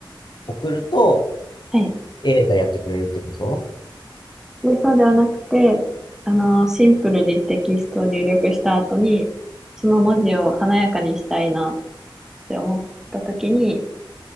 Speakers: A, on the left; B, in the centre.
A: 送ると、
B: はい
A: AI がやってくれるってこと
B: で、そうではなくて、あの、シンプルにテキストを入力した後に、その文字を華やかにしたいなって思った時に、